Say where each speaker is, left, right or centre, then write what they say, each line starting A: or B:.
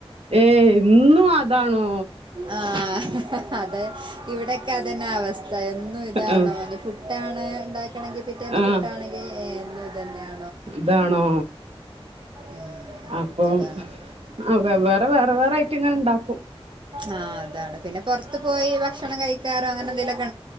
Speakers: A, on the right (about 80°); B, on the right (about 50°).
A: ഏ ഇന്നു അത് താണോ
B: ആഹ് അതേ ഇവിടെക്കെ അതന്നെ അവസ്ഥ എന്നും
A: ചോയ്ക്കും
B: ഇതാണോ ഞ്ഞ് പുട്ടാണ് ണ്ടാക്ക്ണെങ്കി പിറ്റേന്ന്
A: ആഹ്
B: പുട്ടാണെങ്കി ഏ ഇന്നും ഇതന്നെയാ
A: ഇതാണോ
B: ഉം,
A: അപ്പോ
B: അതാണ്
A: ആ വെവ്വേറെ വേറെ വേറായിട്ട്ങ്ങനെണ്ടാക്കും
B: ആ അതാണ് പിന്നെ പൊർത്ത് പോയി ഭക്ഷണം കയ്ക്കാ റ് അങ്ങനെന്തേലൊക്കെ